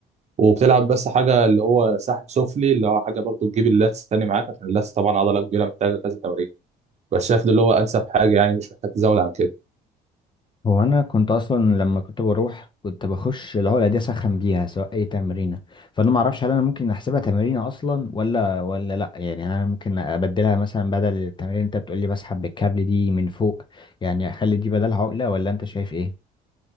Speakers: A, on the right; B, on the left.
A: وبتلعب بس حاجه اللي هو سحب سفلي اللي هو حاجه برضو تجيب اللاتس تاني معاك عشان اللاتس طبعا عضله كبيره محتاجه كذا تمارين بس شايف ده اللي هو انسب حاجه يعني مش محتاج تزود عن كده
B: هو انا كنت اصلا لما كنت بروح كنت بخش اللي هو الاداه اسخن بيها سواء اي تمرينه فانا ما اعرفش هل انا ممكن احسبها تمرينه اصلا ولا ولا لا يعني هل انا ممكن ابدلها مثلا بدل التمرين اللي انت بتقول لي بسحب بالكابل دي من فوق يعني اخلي دي بدل عقله ولا انت شايف ايه